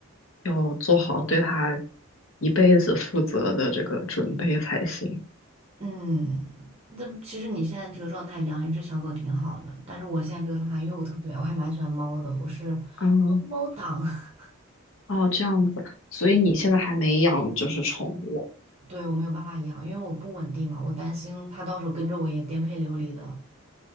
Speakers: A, on the left (about 70°); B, on the right (about 30°).
A: 要做好对它一辈子负责的这个准备才行。
B: 嗯，但其实你现在这个状态养一只小狗挺好的，但是我现在这个状态，因为我特别，我还蛮喜欢猫的，我是
A: 嗯，
B: 猫猫党。<laughs>
A: 哦，这样子，所以你现在还没养就是宠物。
B: 嗯，对，我没有办法养，因为我不稳定嘛，我担心它到时候跟着我也颠沛流离的。